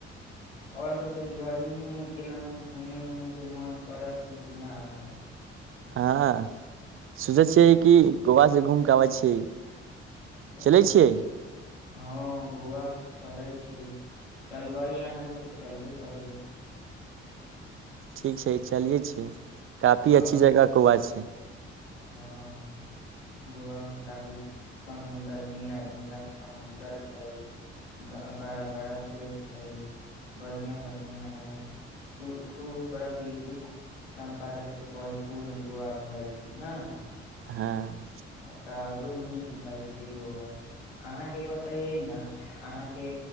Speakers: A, on the left; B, on the right.
A: आओर बतै गर्मी मे केनाहु घूमे उमे के मन करै छैय कि नहि अहाँके?
B: हँ सोचै छियै कि गोवा से घूम के अबै छीयै।
A: ओ
B: चलै छियै?
A: हँ गोवा चलै छी चलबै अहाँके तऽ चलबे करबै
B: ठीक छै चलिये छै काफी
A: हँ
B: अच्छी जगह कआ छै
A: हँ, गोवामे काफी समुद्र छै। नीलक नीलक समुंद्र छै बड़ा बड़ा पेड़ छै। बढ़िया बढ़िया मने सु खूब प्रकृतिक सम्पदा से परिपूर्ण गोआा भ छै। ने
B: हँ
A: आब तऽ आओरो नीक भेलए छै। गोवा अहाँके बतैयै ने अहाँके